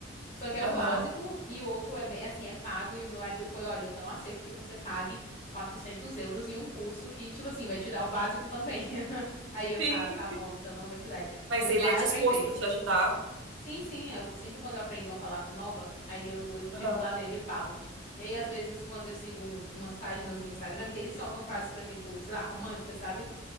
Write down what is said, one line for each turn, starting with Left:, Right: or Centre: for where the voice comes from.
Left: Só que é
Right: Aham.
Left: o básico e o outro é bem, assim, é pago. E o meu marido foi: olha, eu não aceito que você pague 400 euros em um curso que, tipo assim, vai te dar o básico também. <laughs> Aí eu, tá,
Right: Sim.
Left: tá bom, então não vou te dar. Ele,
Right: Mas
Left: Você
Right: ele
Left: vai
Right: é disposto
Left: aprender.
Right: a te ajudar.
Left: Sim, sim, eu sempre quando eu aprendo uma palavra nova, aí eu, eu chego
Right: Aham.
Left: lá nele e falo. E aí, às vezes, quando eu sigo um- umas páginas no Instagram que eles soltam frases, por exemplo, sei lá, românticas, sabe?